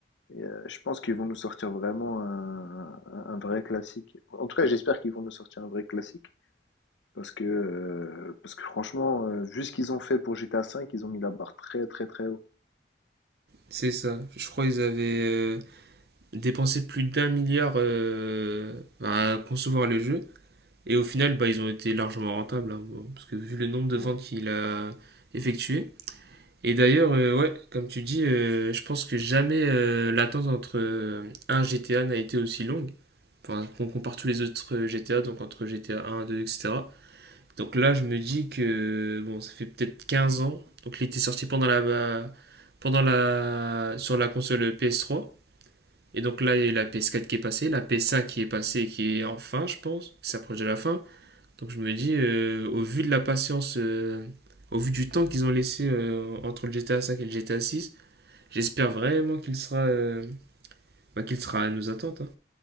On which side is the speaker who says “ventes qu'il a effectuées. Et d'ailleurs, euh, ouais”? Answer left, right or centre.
Right